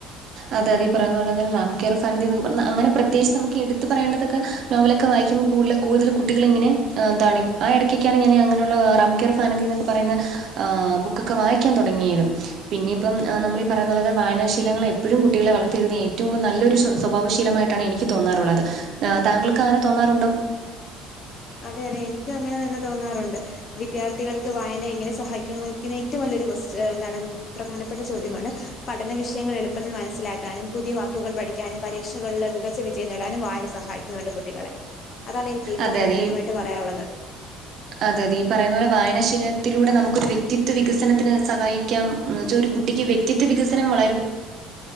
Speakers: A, on the right (about 45°); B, on the left (about 35°).
A: അതെത പറുന്ന പോലെ റാം കേറോഫ് ആനന്ദി പറ അനെ പ്രത്യേകിച്ച് നമുക്ക് എടുത്ത് പറേണ്ടതൊക്കെ നോവലൊക്കെ വായിക്കുമ്പോൾ കൂടുത കൂടുതൽ കുട്ടികൾിങ്ങനെ എന്താണ് ആ ഇടക്കാണ് ഞാൻ അങ്ങനുള്ള റംകർ ഫാനതി എന്നൊക്കെ പറയുന്നത് ആ ബുക്കൊക്കെ വായിക്കാൻ തുടങ്ങിയത് പിന്ന ഇപ്പ നമ്മൾ ഈ പറയുന്നുുള്ളത് വായനാശീലങ്ങളെ ഇപ്പോഴും കുട്ടികള വളർത്തിത്തെഴുതി ഏറ്റവും നല്ലൊരു സ്വഭാവശീലമായിട്ടാണ്നിക്ക് തോന്നാറുള്ളത് ആ താങ്കൾക്ക് അങ്ങനെ തോന്നാറുണ്ടോ
B: അതെ അതെ എനിക്കും അങ്ങനെ തന്നെ തോന്നാറുണ്ട് വിദ്യാർത്ഥികൾക്ക് വായന എങ്ങനെ സഹായിക്കുമോക്കുന്ന ഏറ്റവും വലിയൊരു എന്താണ് പ്രധാനപ്പെട്ട ചോദ്യമാണ് പഠന വിഷയങ്ങൾ എളുപ്പത്തിൽ മനസ്സിലാക്കാനും പുതിയ വാക്കുകൾ പഠിക്കാനും പരീക്ഷകളിൽ മികച്ച വിജയം നേടാനും വായന സഹായിക്കും ന്നു ണ്ട് കുട്ടികളെ അതാണ് എനിക്ക് ഏറ്റവും
A: അതെ
B: പ്രധാനമായിട്ട്
A: അതെ
B: പറയാനുള്ളത്
A: അതെ അതെ ഈ പറയുന്ന പോലെ വായനശീലത്തിലൂടെ നമുക്കൊരു വ്യക്തിത്വ വികസനത്തിന് സഹായിക്കാം അത് ഒരു കുട്ടിക്ക് വ്യക്തിത്വ വികസനംവളരുമ്പോ